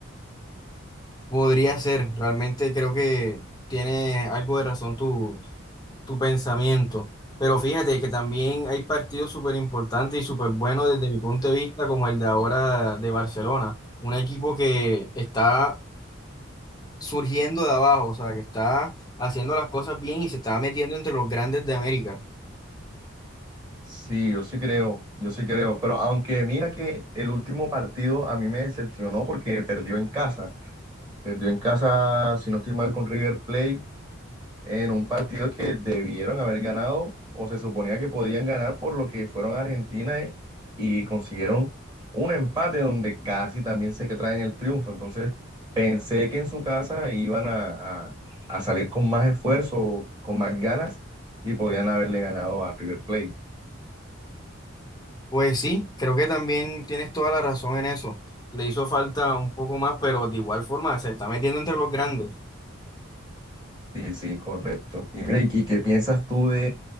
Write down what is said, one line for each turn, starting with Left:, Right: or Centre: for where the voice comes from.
Left: Podría ser, realmente creo que tiene algo de razón tu, tu pensamiento, pero fíjate que también hay partidos súper importantes y súper buenos desde mi punto de vista, como el de ahora de Barcelona, un equipo que está surgiendo de abajo, o sea, que está haciendo las cosas bien y se está metiendo entre los grandes de América.
Right: Sí, yo sí creo, yo sí creo, pero aunque mira que el último partido a mí me decepcionó porque perdió en casa, perdió en casa, si no estoy mal, con River Plate, en un partido que debieron haber ganado o se suponía que podían ganar por lo que fueron a Argentina y, y consiguieron un empate donde casi también se que traen el triunfo, entonces pensé que en su casa iban a, a a salir con más esfuerzo, con más ganas y podían haberle ganado a River Plate.
Left: Pues sí, creo que también tienes toda la razón en eso. Le hizo falta un poco más, pero de igual forma se está metiendo entre los grandes.
Right: Sí, sí, correcto. Y, mira, ¿y y qué piensas tú de